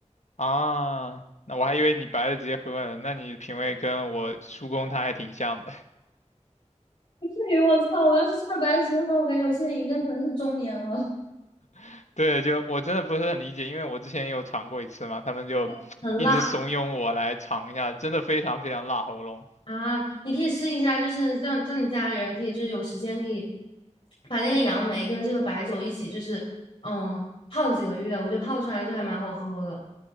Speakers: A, on the left (about 70°); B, on the left (about 55°).
A: 啊，那我还以为你白的直接喝呢，那你品味跟我叔公他还挺像的。
B: <laughs> 不至于，我操！我要是吃了白的直接喝，我感觉我现在已经可能是中年了。
A: <laughs> 对，就我真的不是很理解，因为我之前有尝过一次嘛，他们就
B: <laughs>
A: <tsk>
B: 很辣
A: 一直怂恿我来尝一下，真的非常非常辣喉咙。
B: 啊！你可以试一下，就是让让你家里人可以就是有时间可以把那个杨梅跟这个白酒一起就是嗯泡几个月，我觉得泡出来就还蛮好喝的。